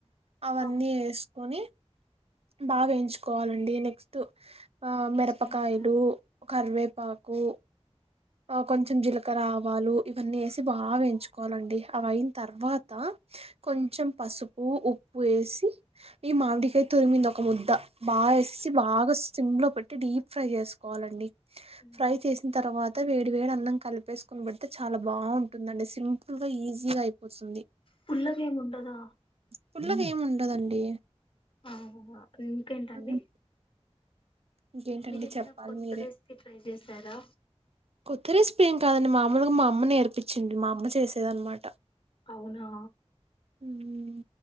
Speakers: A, on the right (about 65°); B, on the left (about 50°).
A: అవన్నీ
B: ఆ
A: ఏసుకొని బాగ ఏయించుకోవాలండి నెక్స్ట్
B: నెక్స్ట్
A: మిరపకాయలు
B: ఏం చేయాలి
A: కరివేపాకు ఆ కొంచెం జీలకరా ఆవాలు ఇవన్నీ ఏసి బాగా వేయించుకోవాలండి అవయిన్తర్వాత కొంచెం పసుపు ఉప్పు ఏసి ఈ మామిడికాయ్ త్ తురిమిందొక ముద్ద బాగా వేసి బాగా సిమ్ లో పెట్టి డీప్ ఫ్రై చేసుకోవాలండి
B: మ్మ్,
A: ఫ్రై చేసిన్తర్వాత వేడి వేడి అన్నం కలిపేసుకొనిబేడితే చాలా బాగుంటుందండి సిమ్ ఫుల్గ ఈజీగా అయిపోతుంది
B: పుల్లగేం ఉండదా
A: పుల్లగేం ఉండదండి
B: ఆ ఇంకేంటండి
A: ఉమ్, ఇంకేంటండి
B: మీరేమైనా
A: చెప్పాలి
B: కొత్త
A: మీరే
B: రెసిపీ ట్రై చేసారా
A: కొత్త రెసిపీ ఏం కాదండి మామూలుగా మా అమ్మ నేర్పిచ్చింది మా అమ్మ చేసేదన్నమాట
B: అవునా
A: ఉమ్